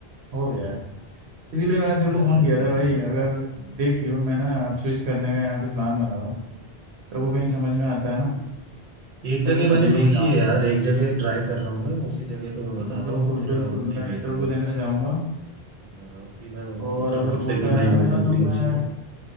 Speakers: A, on the right; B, on the right.
A: हो गया है।
B: इनकी
A: इसीलिए मैंने
B: दोस्ती
A: तेरे को
B: यारी
A: फोन
B: ऐसी
A: किया
B: ही
A: था
B: है
A: भाई अगर
B: हम्म,
A: देखियो मैं ना अब स्विच करने का यहाँ से प्लान बना रहा हूँ
B: हाँ
A: तेरे को कहीं समझ में आता है ना
B: एक जगह
A: तेरे को
B: मैंने
A: बताइयो
B: देखी
A: मैं जाऊँगा
B: है यार एक जगह ट्राई कर रहा हूँ मैं उसी जगह पे मैं बताता
A: मैं बिल्कुल
B: हूँ तेरा
A: बिल्कुल
B: वहीं
A: मैं
B: भेज
A: इंटरव्यू
B: दूंगा
A: देने जाऊँगा
B: हाँ उसी में
A: और
B: सोच रहा
A: अगर
B: हूँ कब
A: होता
B: से कि भाई
A: है ना
B: वो
A: मेरा
B: कंपनी
A: तो मैं
B: अच्छी है